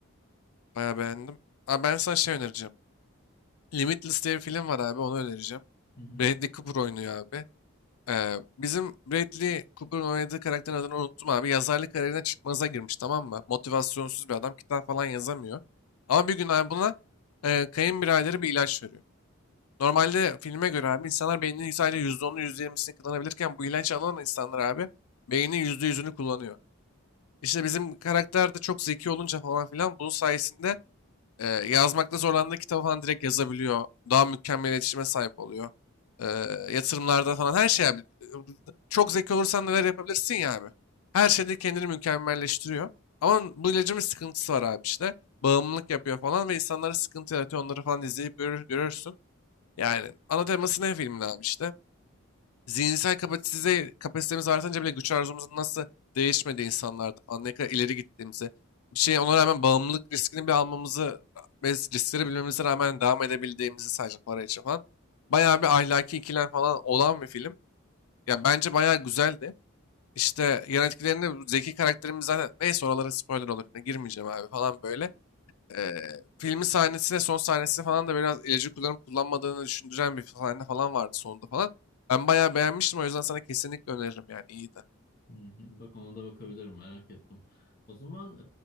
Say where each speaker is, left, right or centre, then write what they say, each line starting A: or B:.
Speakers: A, on the left; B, on the left.
A: Bayağı beğendim. Abi ben sana şey önereceğim. Limitless diye bir film var abi onu önereceğim.
B: Hı hı.
A: Bradley Cooper oynuyor abi. Ee, bizim Bradley Cooper'ın oynadığı karakterin adını unuttum abi. Yazarlık kariyerine çıkmaza girmiş tamam mı? Motivasyonsuz bir adam. Kitap falan yazamıyor. Ama bir gün abi buna e, kayınbiraderi bir ilaç veriyor. Normalde filme göre abi insanlar beyninin sadece yüzde onu yüzde yirmisini kullanabilirken bu ilacı alan insanlar abi beynin yüzde yüzünü kullanıyor. İşte bizim karakter de çok zeki olunca falan filan bunun sayesinde e, yazmakta zorlandığı kitabı falan direkt yazabiliyor. Daha mükemmel iletişime sahip oluyor. E, yatırımlarda falan her şey abi. E, Çok zeki olursan neler yapabilirsin ya abi. Her şeyde kendini mükemmelleştiriyor. Ama bu ilacın bir sıkıntısı var abi işte. Bağımlılık yapıyor falan ve insanlara sıkıntı yaratıyor. Onları falan izleyip görür, görürsün. Yani ana teması ne filmin abi işte? Zihinsel kapasite, kapasitemiz artınca bile güç arzumuzun nasıl değişmediği insanlarda falan ne kadar ileri gittiğimizi, bir şeye ona rağmen bağımlılık riskini bir almamızı ve riskleri bilmemize rağmen devam edebildiğimizi sadece para için falan. Bayağı bir ahlaki ikilem falan olan bir film. Ya bence bayağı güzeldi. İşte yan etkilerini bu zeki karakterimiz zaten neyse oralara spoiler olur. Ne girmeyeceğim abi falan böyle. Eee, filmin sahnesine, son sahnesine falan da biraz ilacı kullanıp kullanmadığını düşündüren bir sahne falan vardı sonunda falan. Ben bayağı beğenmiştim o yüzden sana kesinlikle öneririm yani iyiydi.
B: Hı hı. Bak ona da bakabilirim merak ettim. O zaman